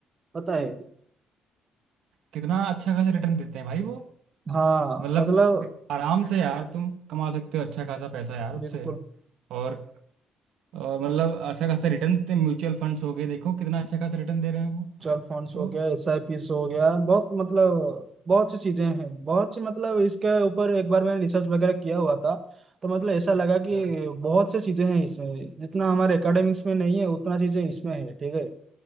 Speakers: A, on the right; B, on the right.
A: पता है
B: कितना अच्छा खासा रिटर्न देते हैं भाई वो
A: हाँ
B: मतलब
A: मतलब
B: आराम से यार तुम कमा सकते हो अच्छा खासा पैसा यार उससे
A: बिल्कुल
B: और और मतलब अच्छा खासा रिटर्न देते म्यूचुअल फंड्स हो गए देखो कितना अच्छा खासा रिटर्न दे रहे हैं वो
A: ट्वेल्व फंड्स
B: तो
A: हो गया एस आई पीस हो गया बहुत मतलब बहुत सी चीजें हैं बहुत सी मतलब इसके ऊपर एक बार मैंने रिसर्च वगैरह किया हुआ था तो मतलब ऐसा लगा कि
B: अच्छा,
A: बहुत सी चीजें हैं इसमें जितना हमारे एकेडमिक्स में नहीं है उतना चीजें इसमें है ठीक है